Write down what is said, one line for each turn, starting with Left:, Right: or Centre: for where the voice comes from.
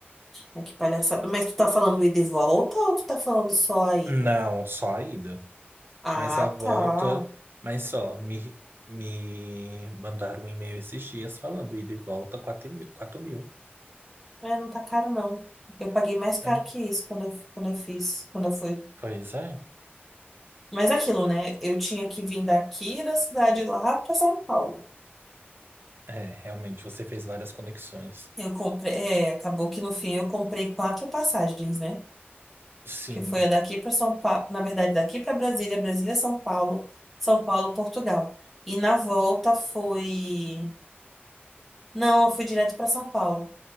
Centre: Ai, que palhaçada. Mas tu tá falando ida e volta ou tu tá falando só a ida?
Right: Não, só a ida.
Centre: Ah,
Right: Mas a volta,
Centre: tá.
Right: mas só, me, me mandaram um e-mail esses dias falando ida e volta 4 mil. quatro mil.
Centre: É, não tá caro, não. Eu paguei mais caro
Right: É,
Centre: que isso quando eu, quando eu fiz, quando eu fui.
Right: pois é.
Centre: Mas é aquilo, né? Eu tinha que vir daqui da cidade lá pra São Paulo.
Right: É, realmente você fez várias conexões.
Centre: Eu comprei. É, acabou que no fim eu comprei quatro passagens, né?
Right: Sim.
Centre: que foi a daqui para São Paulo, na verdade, daqui para Brasília, Brasília, São Paulo, São Paulo, Portugal. E na volta foi. Não, eu fui direto para São Paulo.